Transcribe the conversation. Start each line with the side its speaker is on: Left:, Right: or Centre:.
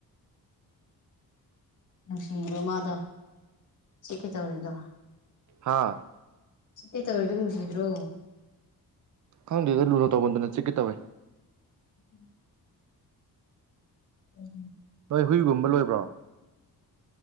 Left: ꯅꯨꯡꯁꯤꯕꯣ ꯃꯥꯗꯣ ꯆꯤꯠꯀꯦ ꯇꯧꯔꯤꯗꯣ
Right: ꯍꯥꯥ
Left: ꯆꯤꯀꯦ ꯇꯧꯔꯤꯗꯨ ꯅꯨꯡꯁꯤꯗ꯭ꯔꯣ
Right: ꯈꯪꯗꯦꯗ ꯂꯨꯅꯣ ꯇꯧꯃꯟꯗꯅ ꯆꯤꯛꯀꯦ ꯇꯧꯋꯦ
Left: <inaudible> ꯎꯝ
Right: ꯅꯣꯏ ꯍꯨꯏꯒꯨꯝꯕ ꯂꯣꯏꯕ꯭ꯔꯣ